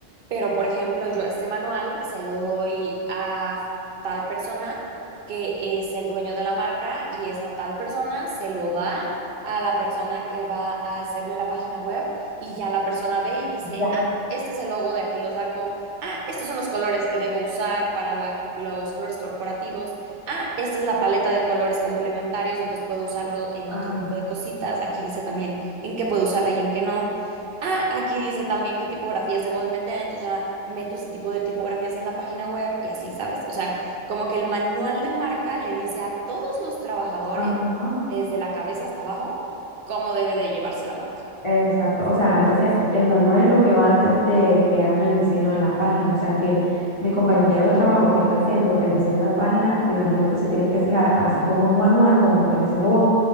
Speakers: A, on the right; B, on the left.
A: pero por ejemplo, yo este manual se lo doy a tal persona que es el dueño de la marca y esa tal persona se lo da a la persona que va a hacerle la página web y ya la persona ve y dice,
B: Ya,
A: ah, este es el logo, de aquí lo saco. Ah, estos son los colores que debo usar para la- los colores corporativos. Ah, esta es la paleta de colores complementarios, entonces puedo usarlo en otro
B: ajá,
A: tipo de cositas. Aquí dice también en qué puedo usarla y en qué no. Ah, aquí dice también qué tipografías debo de meter, entonces ya meto este tipo de tipografías en la página web y así, ¿sabes? O sea, como que el manual de marca le dice a todos los trabajadores,
B: ajá.
A: desde la cabeza hasta abajo, cómo debe de llevarse la marca.
B: Exacto, o sea, entonces el manual es lo que va antes de que hagan el diseño de la página, o sea que mi compañero de trabajo que está haciendo el diseño de página, me imagino que se tiene que fijar, así como en un manual, como estás diciendo vos,